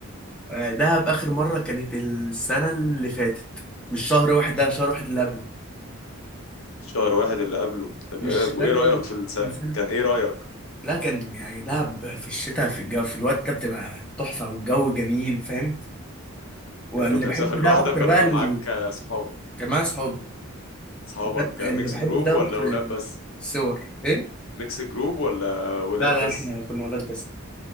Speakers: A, in the centre; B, on the left.
A: آه، دهب اخر مره كانت السنه اللي فاتت مش شهر واحد ده شهر واحد اللي قبله
B: شهر واحد اللي قبله تمام
A: مش لا
B: وايه رايك
A: ال-
B: في الس...
A: من سنه
B: كان ايه رايك
A: لا كان يعني دهب في الشتاء في الجو في الوقت ده بتبقى تحفه والجو جميل فاهم واللي
B: كنت
A: بحبه
B: مسافر
A: في دهب
B: لوحدك
A: اكتر
B: ولا
A: بقى
B: كان
A: ال...
B: معاك آه، صحابك
A: كان معايا اصحابي
B: صحابك
A: وكانت
B: آه،
A: اللي
B: ميكس
A: بحبه
B: جروب
A: في دهب
B: ولا
A: اكتر
B: ولاد بس
A: الصور ايه
B: ميكس جروب ولا ولاد
A: لا لا
B: بس
A: احنا كنا اولاد